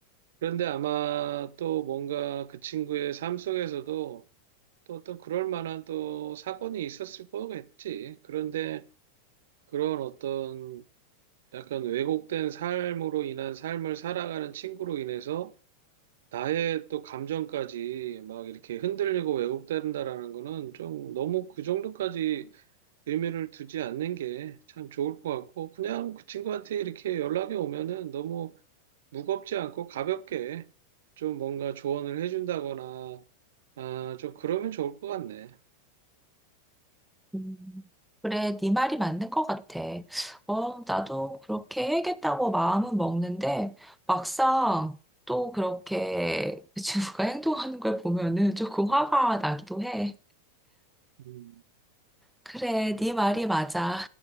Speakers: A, on the right; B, in the centre.
A: 그런데 아마 또 뭔가 그 친구의 삶 속에서도 또 어떤 그럴 만한 또 사건이 있었을 거겠지. 그런데 그런 어떤 약간 왜곡된 삶으로 인한 삶을 살아가는 친구로 인해서 나의 또 감정까지 막 이렇게 흔들리고 왜곡된다라는 거는 좀 너무 그 정도까지 의미를 두지 않는 게 참 좋을 것 같고 그냥 그 친구한테 이렇게 연락이 오면은 너무 무겁지 않고 가볍게 좀 뭔가 조언을 해준다거나 아, 좀 그러면 좋을 것 같네.
B: 음, 그래, 네 말이 맞는 것 같아. 어, 나도 그렇게 해야겠다고 마음은 먹는데, 막상 또 그렇게 그 친구가 <laughs> 행동하는 걸 보면은 조금 화가 나기도 해.
A: 음.
B: 그래, 네 말이 맞아.